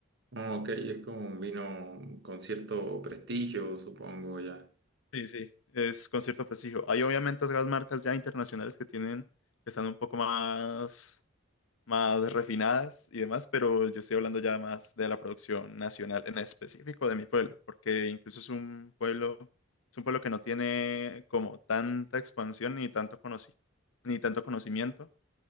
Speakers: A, on the right (about 55°); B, on the left (about 75°).
A: Ah, ok, es como un vino con cierto prestigio, supongo ya.
B: Sí, sí, es con cierto prestigio. Hay obviamente otras marcas ya internacionales que tienen, que están un poco más más refinadas y demás, pero yo estoy hablando ya más de la producción nacional, en específico de mi pueblo, porque incluso es un pueblo, es un pueblo que no tiene como tanta expansión ni tanto conoci- ni tanto conocimiento,